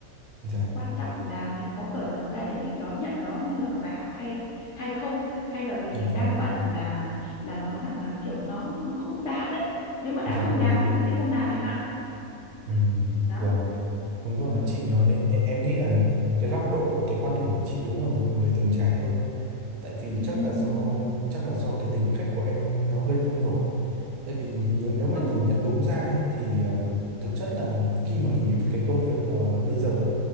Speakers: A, on the right (about 80°); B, on the left (about 65°).
A: dạ,
B: quan trọng là mình có cởi mở ra để mình đón nhận đó như là một bài học hay hay không hay là vì
A: dạ
B: mình đang
A: vâng,
B: bận là là nói rằng là kiểu nó nó không đáng ấy nếu mà đã
A: dạ
B: không
A: vâng,
B: đáng thì mình sẽ không làm em ạ
A: Ừm,
B: đó
A: vâng, đúng rồi,
B: ừ.
A: chị nói, e- em nghĩ là cái góc độ, cái quan điểm của chị đúng là một người từng trải hơn, tại vì
B: <laughs>
A: chắc là do chắc là do cái tính cách của em nó hơi nông nổi tại vì nếu nếu
B: không
A: mà nhìn nhận đúng ra thì ừm, thực chất là khi mà nghỉ cái công việc ờ, bây giờ á,